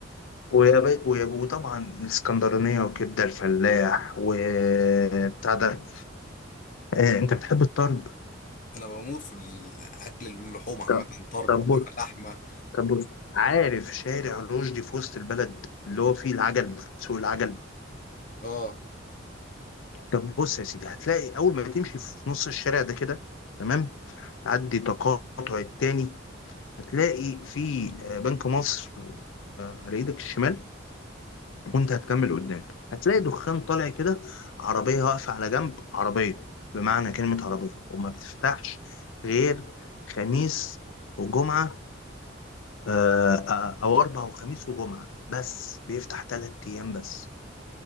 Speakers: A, on the left (about 80°); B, on the left (about 40°).
A: ويا بي... ويا- وطبعا الاسكندرانية وكبدة الفلاح وبتاع ده آه، انت بتحب الطرب
B: انا بموت في الاكل اللحوم عامه
A: طب
B: طرب
A: طب
B: بقى،
A: بص
B: لحمه
A: طب بص عارف شارع رشدي في وسط البلد اللي هو فيه العجل سوق العجل
B: اه
A: طب بص يا سيدي هتلاقي اول ما تمشي في نص الشارع ده كده تمام تعدي تقاطع التاني هتلاقي في آه، بنك مصر آه، على ايدك الشمال وانت هتكمل قدام هتلاقي دخان طالع كده عربية واقفة على جنب عربية بمعنى كلمة عربية وما بتفتحش غير خميس وجمعة آه، آه، أو أربع وخميس وجمعة بس بيفتح تلات أيام بس